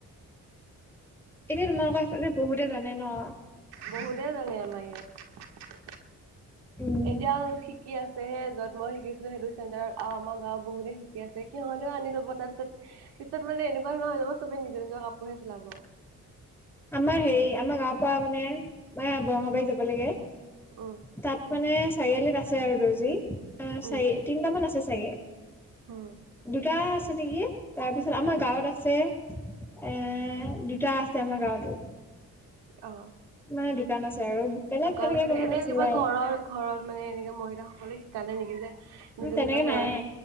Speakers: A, in the centre; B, on the right.
A: এতিয়া তোমালোকৰ সেইফালে বহুতে জানে ন।
B: বহুতে জানে আমাৰ ইয়াত।
A: উম
B: এতিয়াও শিকি আছেহে য'ত মই শিকিছিলো সেইটো চেণ্টাৰত আমাৰ গাওঁৰ বহুতে শিকি আছে সিহঁতেও আনি লব তাৰ পিছত পিছত মানে এনেকুৱা ধৰণৰ হৈ যাব চবে নিজৰ নিজৰ কাপোৰহে চিলাব।
A: আমাৰ হেৰি আমাৰ গাঁওৰ পৰা মানে ম বৰঙাবাৰী যাব লাগে
B: উম
A: তাত মানে চাৰিআলিত আছে আৰু দৰ্জি
B: উম
A: চাৰি তিনটামান আছে চাগে।
B: উম
A: দুটা আছে নেকি, তাৰ পিছত ত আমাৰ গাঁৱত আছে এ দুটা আছে। আমাৰ গাঁৱতো
B: আহ
A: মানে দোকান আছে। আৰু বেলেগ
B: দোকান
A: তেনেকে
B: আছে
A: কোনো
B: এনে
A: নিচিলাই
B: কিবা ঘৰৰ ঘৰত মানে এনেকাে মহিলা সকলে শ কাৰণে নেকি যে
A: উম
B: নিজৰ
A: তেনেকে
B: নিজৰ ঘৰত
A: নাই